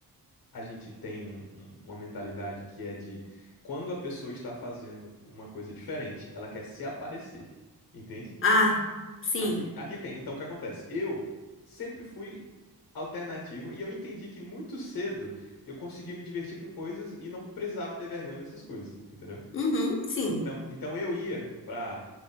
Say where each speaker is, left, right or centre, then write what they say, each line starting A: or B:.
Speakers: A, on the left (about 75°); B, on the left (about 35°).
A: a gente tem um- um- uma mentalidade que é de quando a pessoa está fazendo uma coisa diferente, ela quer se aparecer. Entende?
B: Ah, sim.
A: Aqui, aqui tem. Então, o que acontece? Eu sempre fui alternativo e eu entendi que muito cedo eu conseguia me divertir com coisas e não precisava ter vergonha dessas coisas. Entendeu?
B: Uhum, sim.
A: Então, então eu ia. pra